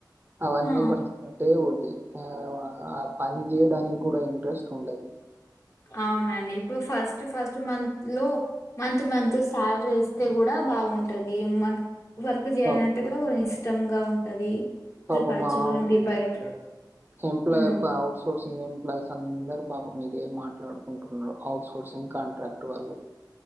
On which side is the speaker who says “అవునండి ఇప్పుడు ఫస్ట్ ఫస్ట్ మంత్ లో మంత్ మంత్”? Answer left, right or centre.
Left